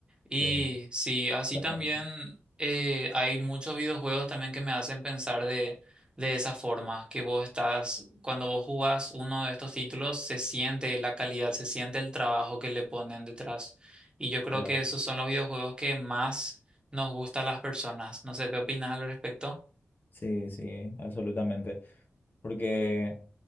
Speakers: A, on the right; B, on the left.
A: Y
B: Sí,
A: sí, así
B: exactamente.
A: también eh, hay muchos videojuegos también que me hacen pensar de, de esa forma, que vos estás, cuando vos jugás uno de estos títulos, se siente la calidad, se siente el trabajo que le ponen detrás. Y yo creo
B: Claro.
A: que esos son los videojuegos que más nos gustan a las personas. No sé qué opinas al respecto.
B: Sí, sí, absolutamente. Porque